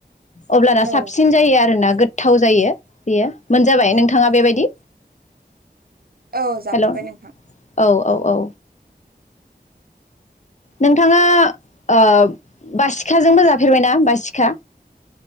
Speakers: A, on the left; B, on the right.
A: अब्लाना
B: औ
A: साबसिन जायो आरोना गोथा जायो बेयो मोनजाबाय नोंथा ङा बेबायदि
B: औ जाफेरबाय
A: हेलौऔ
B: नोंथां
A: औ औ नोंथांङा ओ बासिखाजोंबो जाफेरबायना बासिखा